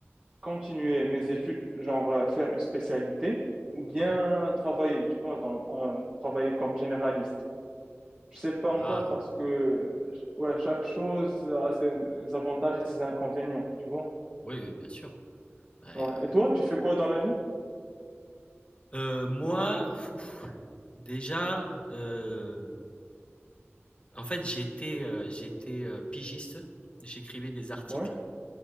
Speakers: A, on the right; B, on the left.
A: continuer mes études, genre euh, faire une spécialité ou bien
B: Ouais.
A: travailler, tu vois, donc en- euh, travailler comme généraliste. Je sais pas encore
B: Ah,
A: parce que, ouais, chaque chose a ses avantages et ses inconvénients, tu vois.
B: oui, oui, bien sûr. Bah,
A: Ouais.
B: heu
A: Et toi, tu fais quoi dans la vie?
B: heu, moi, fouf, déjà, heu, en fait, j'étais, heu, j'étais, heu, pigiste. J'écrivais des articles.
A: Ouais,